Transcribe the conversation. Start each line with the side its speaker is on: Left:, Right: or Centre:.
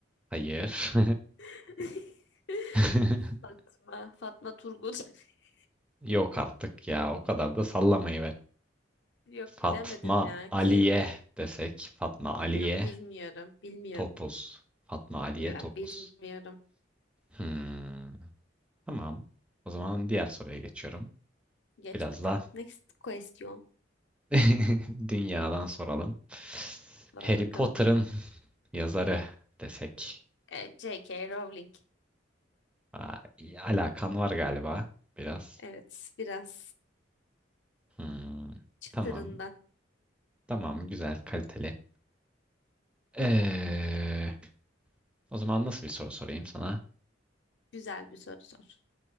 Centre: Hayır.
Left: <laughs>
Centre: <laughs>
Left: Fatma. Fatma Turgut. <laughs>
Centre: Yok artık ya. O kadar da sallamayı ver.
Left: Yok
Centre: Fatma
Left: bilemedim ya.
Centre: Aliye
Left: Kim?
Centre: desek. Fatma Aliye
Left: Yok bilmiyorum. Bilmiyorum.
Centre: Topuz. Fatma Aliye
Left: Ya
Centre: Topuz.
Left: bilmiyorum.
Centre: Hmm, Tamam. O zaman diğer soruya geçiyorum.
Left: Geç
Centre: Biraz
Left: bakalım.
Centre: da
Left: Next question.
Centre: <laughs> dünyadan soralım.
Left: Sor
Centre: Harry
Left: bakalım.
Centre: Potter'ın yazarı desek.
Left: E, J.K. Rowling.
Centre: Aa, iyi, alakan var galiba biraz.
Left: Evet biraz
Centre: Hmm,
Left: çıtırından
Centre: Tamam. Tamam. Güzel, kaliteli. Ee, o zaman nasıl bir soru sorayım sana?
Left: güzel bir soru sor.